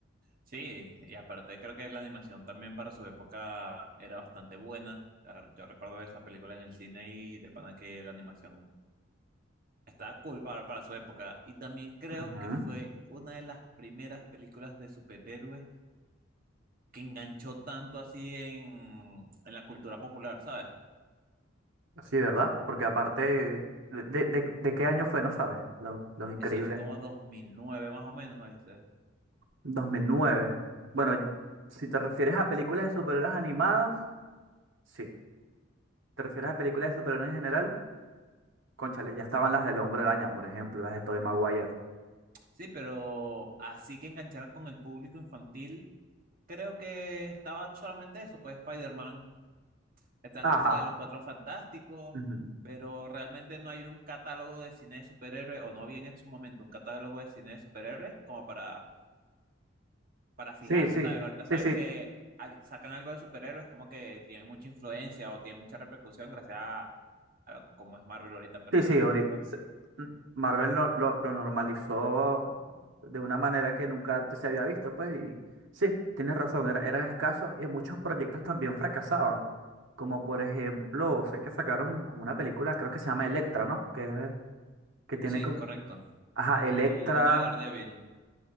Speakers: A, on the right (about 45°); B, on the right (about 75°).
A: Sí, y aparte creo que la animación también para su época era bastante buena. La- Yo recuerdo esa película en el cine y de pana que la animación estaba cool para, para su época. Y también creo
B: Ujú.
A: que fue una de las primeras películas de superhéroes que enganchó tanto así en, en la cultura popular, ¿sabes?
B: Sí, ¿verdad? Porque aparte, ¿de, de- de- de qué año fue? No sabes. Los, Los Increíbles.
A: Eso es como 2009 más o menos, ¿viste?
B: dos mil nueve Bueno, si te refieres a películas de superhéroes animadas, sí. ¿Te refieres a películas de superhéroes en general? Cónchale, ya estaban las del Hombre Araña, por ejemplo, las de Tobey Maguire.
A: Sí, pero así que engancharan con el público infantil, creo que estaba solamente eso, pues Spider-Man, están
B: Ajá.
A: que es la de los Cuatro Fantásticos,
B: ujú.
A: pero realmente no hay un catálogo de cine de superhéroes, o no había en su momento un catálogo de cine de superhéroes como para para fijarse,
B: Sí, sí.
A: ¿sabes? Ahorita
B: Sí,
A: sabes
B: sí.
A: que al- sacan algo de superhéroes como que tiene mucha influencia o tiene mucha repercusión gracias a, a cómo es Marvel ahorita, pero
B: Sí,
A: en su
B: sí,
A: momento.
B: ahorita se- n- Marvel lo, lo, lo normalizó de una manera que nunca antes se había visto, pues, y sí, tienes razón, era- eran escasos y muchos proyectos también fracasaban. Como por ejemplo, sé que sacaron como una película, creo que se llama Electra, ¿no? Que, es de- que tiene
A: Sí,
B: como,
A: correcto.
B: ajá, Electra,
A: Y una de Daredevil.